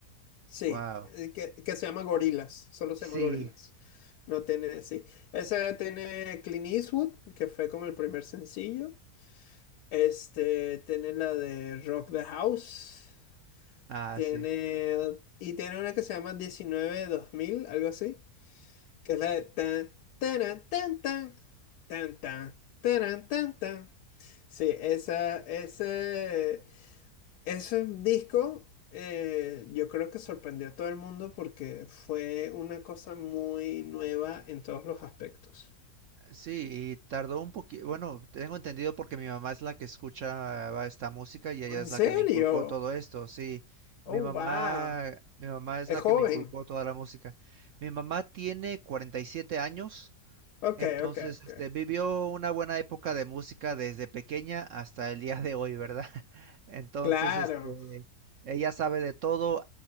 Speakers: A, on the left; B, on the right.
A: Sí,
B: Wow.
A: eh, que, que se llama Gorilas, solo se
B: Sí,
A: llama Gorilas. No tiene, sí. Ese tiene Clint Eastwood, que fue como el primer sencillo. Este, tiene la de Rock the House.
B: ah,
A: Tiene,
B: sí.
A: y tiene una que se llama 19-2000, algo así, que es la de tan, taran, tan, tan, tan, tan, taran, tan, tan. Sí, esa, ese, Ese disco eh, yo creo que sorprendió a todo el mundo porque fue una cosa muy nueva en todos los aspectos.
B: Sí, y tardó un poquito, bueno, tengo entendido porque mi mamá es la que escucha esta música y ella
A: ¿En
B: es
A: serio?
B: la que me inculcó todo esto, sí. Mi
A: Oh,
B: mamá,
A: wow.
B: mi mamá es
A: Es
B: la
A: joven.
B: que me inculcó toda la música. Mi mamá tiene 47 años
A: Ok,
B: Entonces,
A: ok, ok.
B: este, vivió una buena época de música desde pequeña hasta el día de hoy, ¿verdad? <laughs> Entonces,
A: Claro,
B: este, ella sabe de todo.